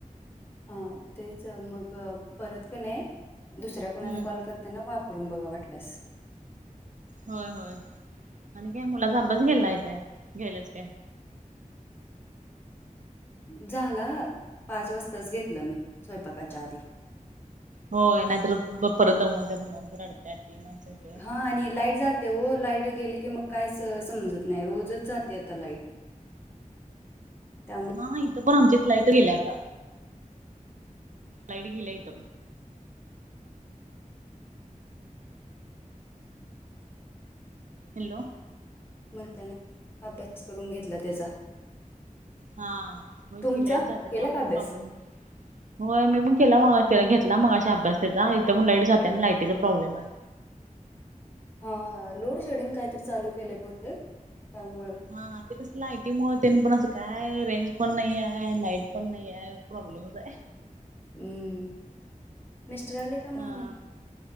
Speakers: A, on the left; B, on the right.
A: हा. तेच मग परत की नाही दुसऱ्या कुणाला
B: हम्म
A: कॉल करताना, वापरून बघा वाटल्यास.
B: होय, होय आणि काय मुलाचा अभ्यास घ्यायलाय काय? घ्यायल्यासं काय?
A: झाला, पाच वाजताच घेतलं मी, स्वयंपाकाच्या आधी.
B: होय, नाहीतर, प.. परत दमवत्यात मग, रडत्याती नं - <unintelligible>
A: ह.. आणि लाईट जात्याओ, लाईट गेली की मग काहीच समजत नाही, रोजच जाते आता लाईट. त्यामुळे
B: हा, इथं पण आमच्यात लाईट गेल्या आता. Light गिल्या ईथ- hello?
A: म्हणतानाच अभ्यास करून घेतला त्याचा.
B: हा, होय
A: तुमचा
B: की, लाईट जात्या,
A: केला
B: त्यामुळे
A: का अभ्यास
B: प्रॉब्लेम - होय, मी पण केला मगाशी त्याला घेतला मगाशी अभ्यास त्याचा, हिथ पण लाईट जाते ना, लायटीयचा प्रॉब्लेम आहे.
A: हा, लोड शेडिंग काहीतरी चालू केलय बहुतेक, त्यामुळं.
B: हा, ते कसं लायटी मुळ तेन पण, असं काय रेंज पण नाहीये, लाईट पण नाहीये. प्रोब्लमच आय.
A: हम्म... मिस्टर आले का? मग
B: हा.